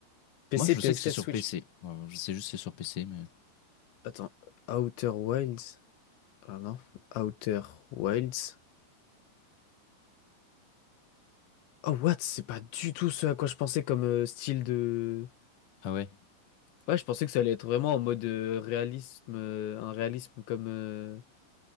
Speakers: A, on the left; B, on the left.
A: PC,
B: Moi je
A: ps
B: sais que c'est
A: quatre,
B: sur
A: Switch.
B: PC, Moi, je sais juste que c'est sur PC mais...
A: Attends, Outer Wilds. Ah non, Outer Wilds. Oh what? C'est pas du tout ce à quoi je pensais comme euh, style de.
B: Ah ouais,
A: Ouais, je pensais que ça allait être vraiment en mode euh, réalisme, euh, un réalisme comme. euh,